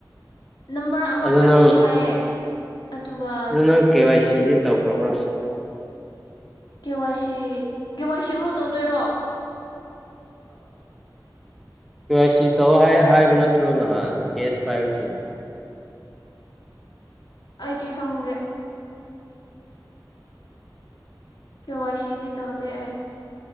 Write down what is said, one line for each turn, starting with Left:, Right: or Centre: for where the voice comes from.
Left: ꯅꯝꯕꯔ ꯑꯃ
Centre: ꯑꯗꯨ
Left: ꯆꯪꯒꯅꯤ
Centre: ꯅꯪ
Left: ꯍꯥꯏꯌꯦ ꯑꯗꯨꯒ
Centre: ꯑꯗꯨ ꯅꯪ ꯀꯦ ꯋꯥꯏ ꯁꯤꯗꯤ ꯇꯧꯈ꯭ꯔꯣꯕ꯭ꯔꯣ
Left: ꯀꯦ ꯋꯥꯁꯤ ꯀꯦ ꯋꯥꯁꯤꯃꯨ ꯇꯧꯗꯣꯏꯔꯣ
Centre: ꯑꯥ ꯁꯤ ꯇꯧ ꯍꯥꯏꯕ ꯅꯠꯇ꯭ꯔꯣ ꯅꯍꯥꯟ ꯒꯦꯌꯥꯁ ꯄꯥꯏꯕꯁ <inaudible>
Left: ꯑꯩꯗꯤ ꯈꯪꯗꯦ ꯀꯦ ꯋꯥ ꯁꯤꯗꯤ ꯇꯧꯗꯦ ꯑꯩ